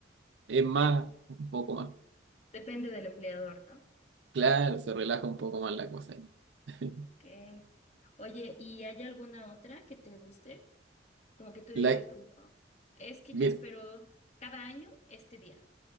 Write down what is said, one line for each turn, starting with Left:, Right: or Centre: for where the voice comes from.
Right: es más,
Left: Dep-
Right: un poco más.
Left: depende del empleador, ¿no?
Right: Claro, se relaja un poco más la cosa. ahí. <laughs>
Left: Ok. Oye, ¿y hay alguna otra que te guste? Como que tú
Right: La,
Left: digas, como, es que
Right: mira,
Left: yo espero cada año este día.